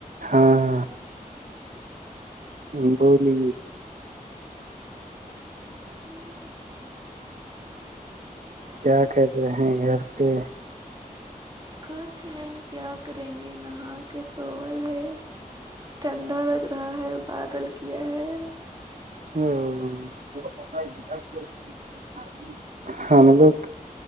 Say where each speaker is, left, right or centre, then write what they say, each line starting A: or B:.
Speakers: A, on the right; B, on the right.
A: ہاں
B: ہاں <unintelligible>
A: ہاں بول لے
B: ہوں
A: کیا کر رہے ہیں گھر پہ
B: کچھ نہیں کیا کریں گے نہا کے سوول ہے ٹھنڈا لگ رہا ہے بادل کیا ہے
A: <unintelligible> ہم
B: کیا جی
A: لوگ